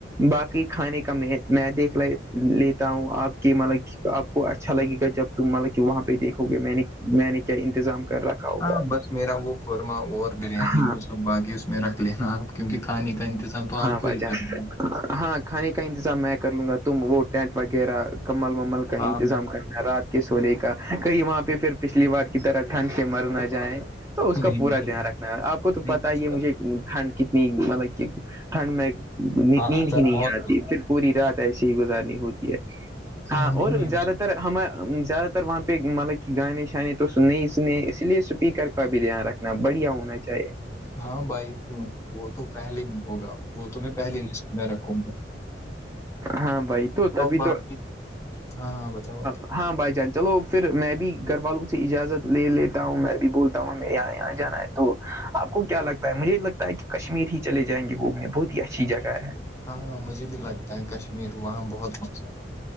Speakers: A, on the right (about 15°); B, on the left (about 15°).
A: باقی کھانے کا میں میں دیکھ لا لیتا ہوں آپ کے ملب کی <unintelligible> آپ کو اچھا لگے گا جب تم مطلب کہ وہاں پہ دیکھو گے میں نے میں نے کیا انتظام کر رکھا ہوگا
B: ہاں بس میرا وہ قورمہ اور بریانی
A: ہاں
B: وہ سب باقی اس میں رکھ لینا آپ کیونکہ کھانے کا انتظام تو
A: ہاں
B: آپ کو
A: بھائی
B: ہی
A: جان
B: کرنا ہے
A: ہاں کھانے کا انتظام میں کر لوں گا تم وہ ٹینٹ وغیرہ کمل ومل کا
B: ہاں
A: انتظام
B: میں
A: کرنا رات کے سونے کا کہیں وہاں پہ پھر پچھلی بار کی طرح ٹھنڈ سے مر نہ جائیں تو اس کا
B: نہیں
A: پورا
B: نہیں
A: دھیان رکھنا ہے آپ کو تو
B: نہیں
A: پتا
B: اس
A: ہی
B: کا-
A: ہے مجھے ٹھنڈ کتنی مطلب کہ ٹھنڈ میں نیند
B: ہاں اثر
A: ہی نہیں
B: بہت
A: آتی
B: ہوتا
A: پھر پوری رات ایسی ہی گزارنی ہوتی ہے
B: ہے.
A: ہاں
B: نہیں
A: اور
B: نہیں
A: زیادہ
B: اس-
A: تر ہمیں زیادہ تر وہاں پہ مطلب کہ گانے شانے تو سننے ہی اس نے اس لیے اسپیکر کا بھی دھیان رکھنا بڑھیا ہونا چاہیے
B: ہاں بائی کیوں وہ تو پہلے ہی ہوگا وہ تو میں پہلی لسٹ میں رکھوں گی
A: ہاں بھائی تو تبھی
B: باقی
A: تو
B: ہاں ہاں بتاؤ آپ.
A: ہاں ہاں بھائی جان چلو پھر میں بھی گھر والوں سے اجازت لے لیتا ہوں میں بھی بولتا ہوں ہمیں یہاں یہاں جانا ہے تو آپ کو کیا لگتا ہے مجھے لگتا ہے کہ کشمیر ہی چلے جائیں گے گھومنے بہت ہی اچھی جگہ ہے
B: ہاں ہاں مجھے بھی لگتا ہے کشمیر وہاں بہت مزہ ہے